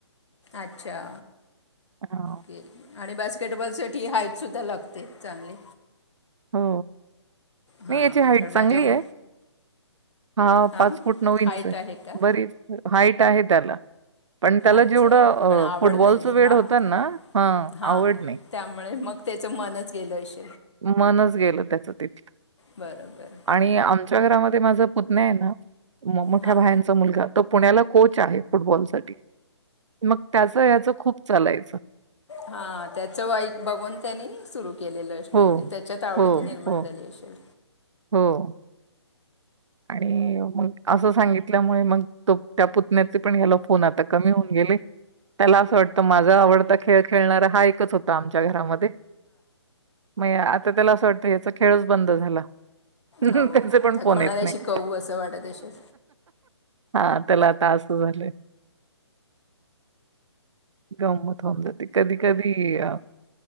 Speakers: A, on the left; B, on the right.
A: अच्छा.
B: हां,
A: के आणि बास्केटबॉल साठी हाईट सुद्धा लागते चांगली.
B: हो,
A: हां
B: नाय याची हाईट
A: कारण
B: चांगली
A: माझ्या मु
B: आहे. हा
A: हां
B: पाच फूट नऊ इंच
A: हाईट
B: आहे,
A: का
B: बरीच हाईट आहे त्याला. पण त्याला
A: अच्छा
B: जेवढं अ
A: पण आवड
B: फुटबॉलच
A: नाही
B: वेड
A: आहे हां
B: होतं ना, ह
A: हां
B: आवड नाय.
A: त्यामुळे मग त्याचं मनच गेलंय श
B: मनच गेलं त्याचं तिथलं.
A: बरोबर
B: आणि आमच्या घरामध्ये माझा पुतन्या आहे ना, मो मोठ्या
A: हां
B: भायांचा मुलगा तो पुण्याला कोच आहे फुटबॉल साठी, मग त्याचं याच खूप चालाय
A: हा त्याचं वाईक बघून त्यानी सुरू केलेलं असणार
B: हो,
A: म्हणजे त्याच्यात आवड
B: हो,
A: ती निर्माण
B: हो,
A: झाली असेल.
B: हो. आणि मग असं सांगितल्यामुळे मग तो त्या पुतण्याचे पण ह्याला फोन आता कमी होऊन गे ले, त्याला असं वाटतं माझा आवडता खेळ खेळणारा हा एकच होता आमच्या घरामध्ये. मग ए आता त्याला असं वाटतं याचा खेळच बंद झाला. त्याचे
A: हो आता
B: पण फोन
A: कोणाला
B: येत नाही.
A: शिकवू असं वाटत असेल
B: हा त्याला आता असं झालंय. गंमत होऊन जाते, कधी कधी अ